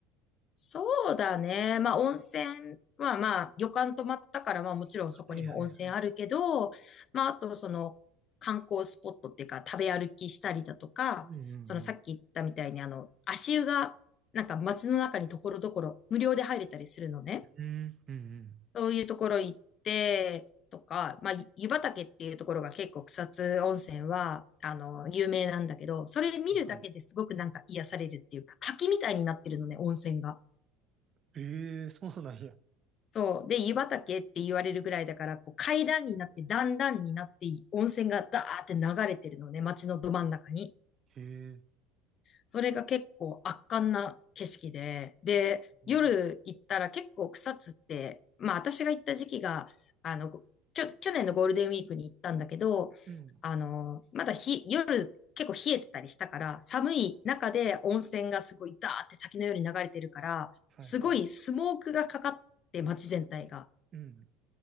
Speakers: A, on the left; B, on the right.
A: そうだね。まあ、温泉は、まあ、旅館泊まったから、まあ、もちろんそこにも温泉あるけど、
B: はいはいはい。
A: まあ、あと、その、観光スポットっていうか、食べ歩きしたりだとか、
B: うんうんうん。
A: その、さっき言ったみたいに、あの、足湯が、なんか、街の中にところどころ、無料で入れたりするのね。
B: うんうん
A: そういうところ行って、とか、まあ、湯畑っていうところが結構草津温泉は、あの、有名なんだけど、それ見るだけですごくなんか癒されるっていうか、
B: うん。はい。
A: 滝みたいになってるのね、温泉が。
B: ええそうなんや。
A: そう。で、湯畑って言われるぐらいだから、こう階段になって、段々になって、温泉がダーって流れてるのね、街のど真ん中に。
B: へえ、
A: それが結構圧巻な景色で、で、
B: うん、
A: 夜行ったら結構草津って、まあ私が行った時期が、あの、きょ、去年のゴールデンウィークに行ったんだけど、
B: うん。
A: あの、まだ日、夜結構冷えてたりしたから、寒い中で温泉がすごいダーって滝のように流れてるから、
B: はいはい。
A: すごいスモークがかかって街全体が。
B: うん。